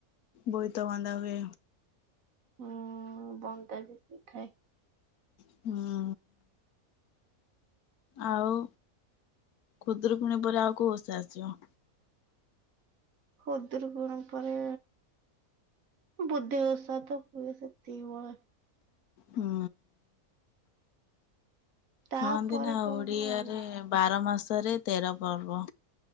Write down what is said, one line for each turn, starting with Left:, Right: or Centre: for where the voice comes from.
Left: ବୋଇତ ବନ୍ଦା ହୁଏ।
Right: ହୁଁ ବନ୍‌ ଟା ବିଥାଏ।
Left: ହୁଁ। ଆଉ ଖୁଦୁରୁ କୁଣୀ ପରେ ଆଉ କୋଉ ଓସା ଆସିବ।
Right: ଖୁଦୁରୁକୁଣୀ ପରେ ବୁଧେଇ ଓଷା ତ ହୁଏ ସେତିକି ବଳେ।
Left: ହୁଁ।
Right: ତାପରେ
Left: କହନ୍ତି ନା
Right: କଣ
Left: ଓଡିଆରେ
Right: କଣ ଜାଣିନି
Left: ବାର ମାସରେ ତେର ପର୍ବ